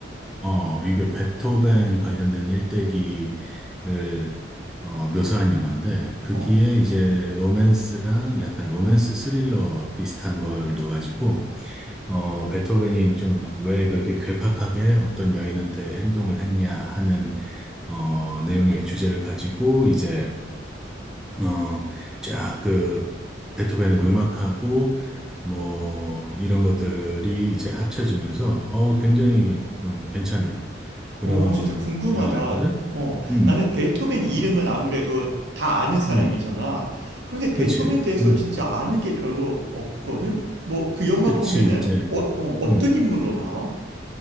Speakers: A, in the centre; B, on the right.
A: 어, 이게 베토벤 관련된 일대기를, 어, 묘사한 영화인데, 거기에
B: 어,
A: 이제 로맨스랑 약간 로맨스 스릴러 비슷한 걸 넣어가지고, 어, 베토벤이 좀 왜 그렇게 괴팍하게 어떤 여인한테 행동을 했냐 하는, 어, 내용의 주제를 가지고 이제 어, 쫙 그, 베토벤의 음악하고, 뭐, 이런 것들이 이제 합쳐지면서, 어, 굉장히 좀 괜찮은 그런
B: 어, 진짜 궁금하다.
A: 영화였거든?
B: 어,
A: 음,
B: 나는 베토벤 이름은 아무래도 다 아는 사람이잖아.
A: 음,
B: 그런데 베토벤
A: 그치.
B: 대해서
A: 음,
B: 진짜 아는 게 별로 없거든? 뭐 그 영화
A: 그치,
B: 보면은
A: 이제,
B: 어, 어, 어떤
A: 음.
B: 인물로 나와?